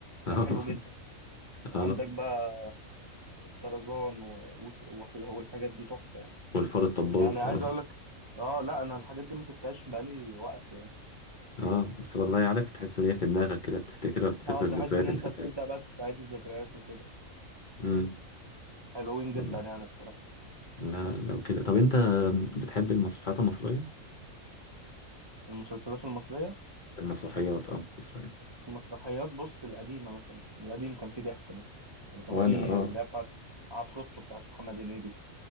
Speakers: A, on the right; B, on the left.
A: ده
B: اه
A: حلو جدا وعندك
B: اه
A: بقى طرزان و... و... والحاجات دي تحفه يعني
B: والفار الطباخ
A: يعني عايز
B: اه
A: اقول لك اه لا انا الحاجات دي ما شفتهاش بقالي وقت يعني
B: اه بس والله عارف تحس ان هي في دماغك كده بتفتكرها وتفتكر
A: اه
B: الذكريات
A: تحس ان
B: اللي
A: انت
B: كانت
A: بتبدا
B: ساعتها.
A: بقى تستعيد الذكريات وكده
B: امم
A: حلوين
B: خلاص.
A: جدا يعني بصراحه
B: لا لو كده طب انت بتحب المسرحيات المصرية؟
A: المسلسلات المصريه
B: المسرحيات اه المصرية
A: المسرحيات بص القديمة مثلا القديم كان فيه ضحك مثلا يعني كان
B: وانا
A: فيه
B: اه
A: اللي هي بتاعت عفروتو بتاعت محمد هنيدي